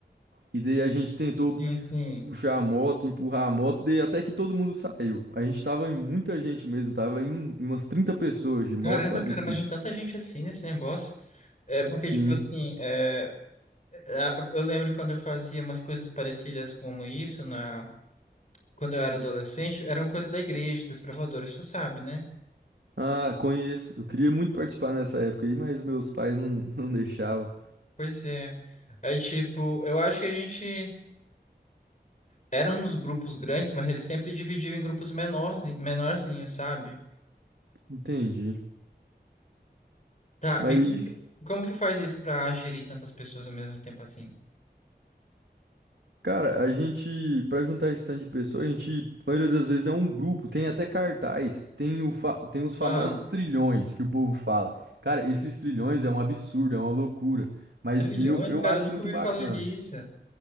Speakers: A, on the right; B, on the left.
A: E daí a gente tentou
B: Sim, sim.
A: puxar a moto, empurrar a moto, daí até que todo mundo saiu. A gente tava em muita gente mesmo, tava em, um- em umas 30 pessoas de moto
B: Caramba,
A: e quadriciclo.
B: cara, mas tem tanta gente assim nesse negócio. É porque,
A: Sim.
B: tipo assim, é, é, a- eu lembro quando eu fazia umas coisas parecidas como isso, na, quando eu era adolescente, eram coisas da igreja, das provadores, tu sabe, né?
A: Ah, conheço. Eu queria muito participar nessa época aí, mas meus pais não, <laughs> não deixavam.
B: Pois é. Aí, tipo, eu acho que a gente. Eram uns grupos grandes, mas eles sempre dividiam em grupos menores, menorzinhos, sabe?
A: Entendi.
B: Tá,
A: Mas,
B: me conta, como que faz isso pra gerir tantas pessoas ao mesmo tempo assim?
A: cara, a gente, pra juntar esse tanto de pessoas, a gente, a maioria das vezes é um grupo, tem até cartaz, tem, o fa- tem os famosos
B: Ah,
A: trilhões que o povo fala. Cara, esses trilhões é um absurdo, é uma loucura. Mas
B: trilhões,
A: eu, eu
B: cara,
A: acho
B: eu nunca
A: muito
B: ouvi
A: bacana.
B: falar disso.